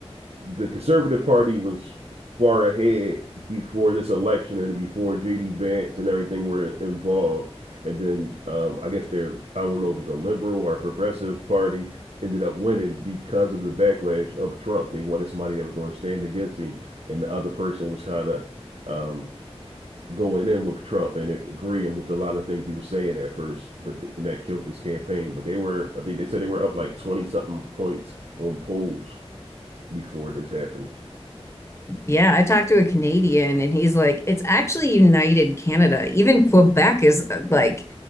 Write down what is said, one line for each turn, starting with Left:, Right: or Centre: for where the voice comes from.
Right: the conservative party was far ahead before this election and before jd vance and everything were involved and then um i guess they're i don't know if it's a liberal or a progressive party ended up winning because of the backlash of trump they wanted somebody that was going to stand against him and the other person was kind of um going in with Trump and agreeing with a lot of things he was saying at first, but and that killed his campaign. But they were, I think they said they were up like 20 something points on polls before this happened.
Left: yeah i talked to a canadian and he's like it's actually united canada even quebec is uh, like